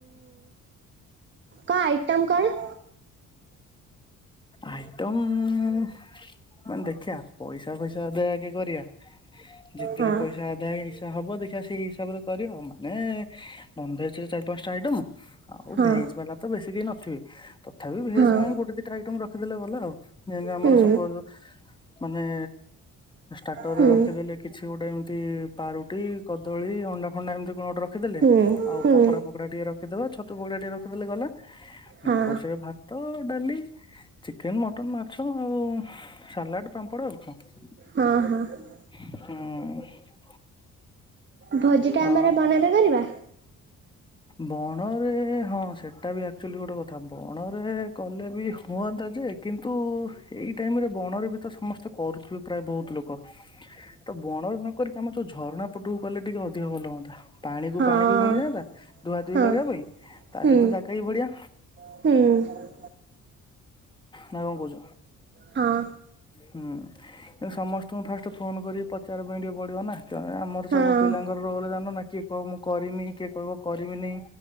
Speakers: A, on the right; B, on the left.
A: କଣଆଇଟମ କଣ?
B: ଆଇଟମ୍ ମାନେ ଦେଖିବା ପଇସା ଫଇସା ଦେଇକି କରିବା। ଯେତିକି
A: ହଁ
B: ପଇସା ଆଦାୟ ଇସା ହବ ଦେଖିବା ସେଇ ହିସାବ ରେ କରିବା ଆଉ ମାନେ ନନ ଭେଜ ରେ ଚାରି ପାଞ୍ଚଟା ଆଇଟମ, ଆଉ
A: ହଁ
B: ଭେଜ ବାଲା ତ ବେଶୀ କେହି ନଥିବେ? ତଥାପି ଭେଜ
A: ହଁ
B: ପାଇଁ ଗୋଟେ ଦିଟା ଆଇଟମ ରଖିଦେଲେ ଗଲାଆଉ, ଯେଏଁନ୍ତି ଆମର
A: ହୁଁ
B: ସପୋଜ ମାନେ ଷ୍ଟାର୍ଟର
A: ହୁଁ
B: ରେ ରଖିଦେଲେ କିଛି ଗୋଟେ ଏମିତି ପାରୁଟି କଦଳୀ ଅଣ୍ଡା ଫଣ୍ଡା ଏମିତି କଣ ଗୋଟେ ରଖିଦେଲେ
A: ହୁଁ
B: ଆଉ
A: ହୁଁ
B: ପକଡା ଫକୋତା ଟିକେ ରଖିଦବା ଛତୁ ପୋଡା ଟିକେ ରଖିଦେଲେ ଗଲା। ମେନ
A: ହଁ
B: କୋର୍ସ ରେ ଭାତ ଡାଲି ଚିକେନ, ମଟନ୍, ମାଛ, ଆଉ ସାଲାଡ, ପାମ୍ପଡ ଆଉ କଣ?
A: ହଁ, ହଁ।
B: ହୁଁ।
A: ଭୋଜି ଟା
B: ଆ
A: ଆମର ବଣରେ କରିବା?
B: ବଣରେ ହଁ ସେଟା ବି ଆକ୍ଚୁଆଲି ଗୋଟେ କଥା, ବଣରେ କଲେ ବି ହୁଅନ୍ତା ଯେ କିନ୍ତୁ ଏଇ ଟାଇମରେ ବଣରେ ବି ତ ସମସ୍ତେ କରୁଥିବେ ପ୍ରାୟ ବହୁତ ଲୋକ। ତ ବଣ ନକିକି ଆମର ଯୋଉ ଝରଣା ପଟୁକୁ ଗଲେ ଟିକେ ଅଧିକ ଭଲ ହୁଅନ୍ତା ପାଣି କୁ
A: ହଁ
B: ପାଣି ମିଳିଯାଆନ୍ତା। ଧୁଆ ଧୁଇ
A: ହଁ
B: କରିବା ପାଇଁ ତା
A: ହୁଁ
B: ସହିତ ଜାଗା ବି ବଢିଆ।
A: ହୁଁ।
B: ନ କଣ କହୁଛ!
A: ହଁ
B: ହୁଁ। ସମସ୍ତଙ୍କୁ ଫାଷ୍ଟ ଫୋନ କରିକି ପଚାରିବା ପାଇଁ ଟିକେ ପଡିବ ନା ଆମର
A: ହଁ
B: ସବୁ ପିଲାଙ୍କର ରୋଲ ଜଣିନ ନନା କି ହେଉଁ ମୁଁ କରିବି କିଏ କହିବ କରିବିିନି